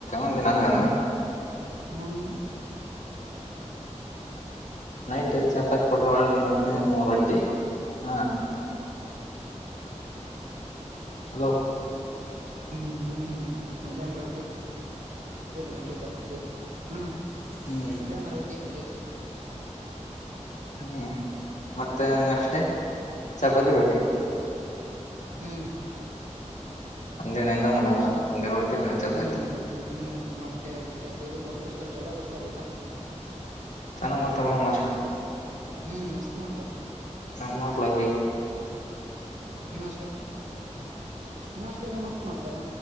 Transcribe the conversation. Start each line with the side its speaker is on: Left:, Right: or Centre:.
Left: ಒಂದಿನಂಗಾನ
Right: ಹ್ಮ್
Left: ನೈಟ್ ಚಪಾತಿ ಕೊಟ್ರ ಒ. ಮದ್ನ
Right: ಹಲೋ
Left: ರೊಟ್ಟಿ ಹಾ ಹಲೋ
Right: ಹ್ಮ್ ಮಧ್ಯಾಹ್ನ ರೊಟ್ಟಿ ರಟಿ ತತಿ ಹ್ಮ್
Left: ಹ್ಮ್
Right: ಅದ್ಯಾಂಗ ರೊಟ್ಟಿ ಏನ್ನು ಇ ಚಪತಿ
Left: ಹ್ಮ್ ಮತ್ತೆ ನೆಕ್ಸ್ಟ್ ಡೇ ಚಪಾತಿ ರೊಟಿ
Right: ಹ್ಮ್
Left: ಅಂದ ಒಂದ ಮಾಡಂದ
Right: ಅಷ್ಟ
Left: ಒಂ ದ ರೋಟ್ಟಿಂದ ಚಪಾತಿ
Right: ಹ್ಮ್ ಹ್ಮ್ ಹ್ಮ್ ಮೊಟ್ಟೆ ಆಗಿ ಅದ ಇದು ಕೊಡ್ತಿರ್ತ ಚಲೋ ಕೊಡ್ತಾರ ಊಟ
Left: ಚೆನ್ನ ಮಾಡ್ತಾರೆ ಒ ಮಾಸ್
Right: ಹ್ಮ್ ಮಸ್ತ್ ಮಾಡ್ತಾರ
Left: ನಮ್ಮ ಮಾಡಲ
Right: ನಿಮ್ಮ ಹಾಸ್ಟೆಲ್ ಮಸ್ತ್ ಮಾಡ್ತಾರ